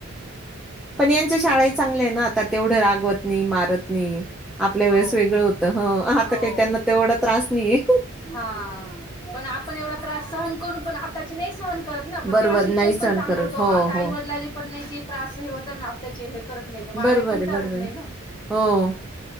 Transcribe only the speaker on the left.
हो
हो
हा पण आपण एवढा त्रास सहन कइ. करून पण आताची नाही सहन करत ना पण
तेव्हा शिक्षण
पण
चांगल
होतं
आता
आईवडलाले पण नाही. त्रास हे होता नातताचे हे करत नाही माराय
पण
चालत
नाही ना.